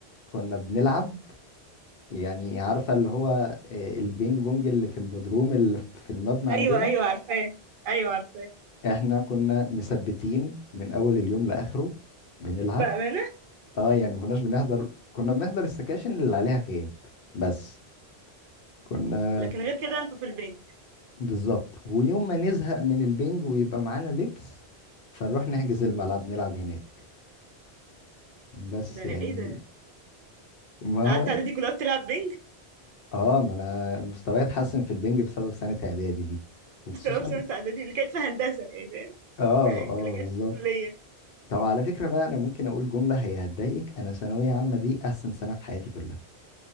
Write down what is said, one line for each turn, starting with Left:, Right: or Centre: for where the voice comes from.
Left: كنا بنلعب يعني عارفه اللي هو آه، البينج بونج اللي في البدروم اللي في المبنى
Right: ايوه
Left: عندنا
Right: ايوه عارفاه ايوه عارفاه
Left: احنا كنا مثبتين من اول اليوم لاخره بنلعب
Right: بأمانة
Left: اه يعني ما كناش بنحضر كنا بنحضر السكاشن اللي عليها غياب بس كنا
Right: لكن غير كده انتوا في البنج
Left: بالظبط ويوم ما نزهق من البنج ويبقى معانا لبس فنروح نحجز الملعب نلعب هناك بس
Right: ده
Left: يعني
Right: ايه ده
Left: ما
Right: قعدت
Left: هو
Right: اعدادي كلها بتلعب بنج
Left: اه ما انا مستواي اتحسن في البنج بسبب سنة اعدادي دي
Right: <laughs>
Left: وخصوصا
Right: بسبب سنة اعدادي اللي كانت في هندسة يعني فاهم
Left: اه اه
Right: اللي كانت
Left: بالظبط
Right: في الكلية
Left: طب على فكرة بقى انا ممكن اقول جملة هي هتضايقك انا ثانوية عامة دي احسن سنة في حياتي كلها